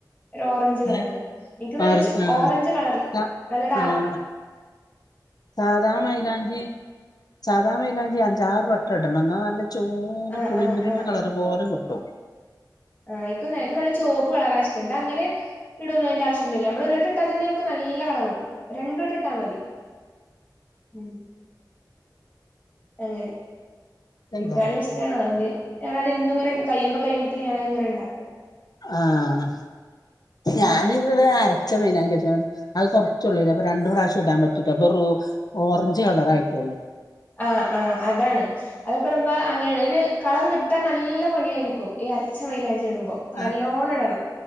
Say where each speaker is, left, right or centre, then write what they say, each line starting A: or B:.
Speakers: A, on the left (about 25°); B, on the left (about 60°).
A: ഒരു ഓറഞ്ചുകളറില്
B: ഏഹ്
A: എനിക്കു നല്ല
B: ആറ് ആഹ്
A: ഓറഞ്ചു കളറില്
B: സ
A: നല്ലഡാർക്ക്
B: ആഹ് സാധാ മൈലാഞ്ചി സാദാമൈലാഞ്ചി അഞ്ചാറു വട്ടമിടണം എന്നാനല്ല ചൂന്ന്
A: ആഹ്
B: പുളിങ്കുരുവിന്റെ
A: ആഹ് ആഹ്
B: കളർ
A: ആഹ്
B: പോലെ കിട്ടും
A: ആഹ് ഇപ്പം <unintelligible> ചോപ്പുകളറായിഷ്ടം ഇതങ്ങനെ ഇടുവൊന്നതിന്റെയാവശ്യ ഒന്നുമില്ല നമ്മളൊരുവട്ടമിട്ടാൽ തന്നെ നമുക്ക് നല്ലകളറു കിട്ടും രണ്ടു വട്ടമിട്ടാൽ മതി ഉം അങ്ങനെ
B: ഇതെന്താത്
A: എനിക്കാണേലിഷ്ടമാണ് അതുകൊണ്ട് ഞാനത് ഇന്നുമിങ്ങനെ കഴിയുമ്പം കഴിയുമ്പത്തേക്കും ഞാനങ്ങനെ ഉണ്ടാക്കും.
B: ആഹ് ഞാനിതുവരെ
A: ഉം
B: അരച്ചമൈലാഞ്ചിയിടും അത് കുറച്ചെയുള്ളൂ ഇതിപ്പൊ രണ്ടു പ്രാവശ്യം ഇടാൻപറ്റില്ല അപ്പൊ <unintelligible> ഓറഞ്ചുകളറായിട്ടുള്ളു
A: ആഹ് ആഹ് അതാണ് അതൊക്കെയിടുമ്പം അങ്ങനെയുളളയൊരു കളർ കിട്ടാൻനല്ല പണിയായിരിക്കും ഈ അരച്ച മൈയിലാഞ്ചിയിടുമ്പോ
B: ആഹ്
A: നല്ലോണമിടണം